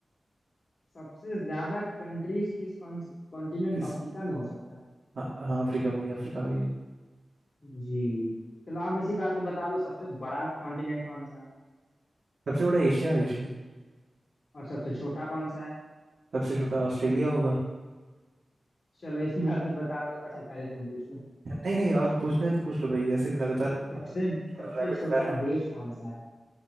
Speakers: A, on the left (about 50°); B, on the right (about 75°).
A: सबसे ज्यादा कंट्रीज किस कॉन्टिनेंट
B: किस
A: अफ्रीका में हो सकता है
B: हाँ हाँ अफ्रीका में ही है, अफ्रीका में ही है।
A: जी चलो आप इसी बात पे बता दो सबसे बड़ा कॉन्टिनेंट कौन सा है
B: सबसे बड़ा एशिया एशिया
A: और सबसे छोटा कौन सा है
B: सबसे छोटा ऑस्ट्रेलिया होगा
A: चलो इसी बात पे बता दो अच्छा पहले तुम पूछ लो
B: नहीं नहीं और पूछना है तो पूछ लो भाई ऐसे लगातार
A: सबसे सबसे
B: रैपिड
A: छोटा
B: फायर
A: देश कौन सा है